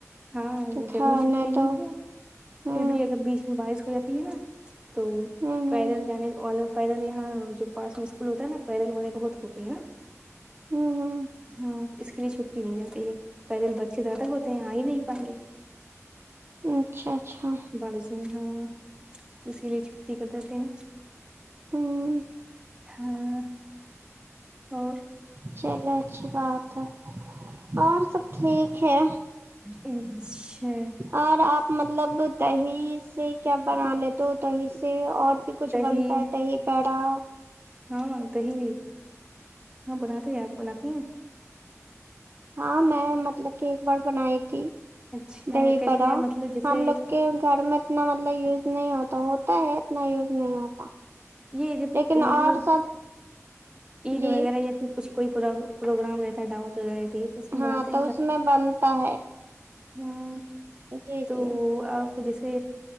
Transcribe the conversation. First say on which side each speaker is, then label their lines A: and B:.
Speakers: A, on the right; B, on the right.
A: ہاں
B: تو
A: گرمی
B: تھا
A: چھٹی
B: نہیں
A: ہوئی
B: تو
A: تھی
B: ہ
A: پھر بھی اگر بیچ بارش ہو جاتی ہے نا تو
B: ہ ہ
A: پیدل جانے والو پیدل یہاں جو پاس میں اسکول ہوتا ہے نا پیدل والے بہت ہوتے ہیں نا
B: آمہم
A: ہاں تو اس کے لیے چھٹی مل جاتی ہے پیدل بچے زیادہ ہوتے ہیں آ ہی نہیں پائیں گے
B: اچھا اچھا
A: بارش میں ہاں اس کے لیے چھٹی کر دتے ہیں
B: آمم
A: ہاں اور
B: چلو اچھی بات ہے اور سب ٹھیک ہے
A: اچھے
B: اور آپ مطلب دہی سے کیا بنا لے تو دہی سے سے اور بھی کچھ
A: دہی
B: بنتا ہے دہی بڑا
A: ہاں دہی وہی ہاں بناتے ہیں آپ بناتی ہیں
B: ہاں میں مطلب کہ ایک بار بنائی تھی
A: اچھا
B: دہی
A: کیسے
B: بڑا
A: مطلب جیسے
B: ہم لوگ کے گھر میں اتنا مطلب یوز نہیں ہوتا ہوتا ہے نہیں یوز نہیں ہوتا
A: یہ جب
B: لیکن
A: مطلب
B: اور سب
A: عید
B: جی
A: وغیرہ یا پھر کچھ کوئی پر پروگرام رہتا ہے دعوت وغیرہ رہتی ہے تو اس میں
B: ہاں
A: بناتے
B: تو اس میں بنتا ہے
A: آمم
B: جی
A: تو
B: جی
A: اب تو جیسے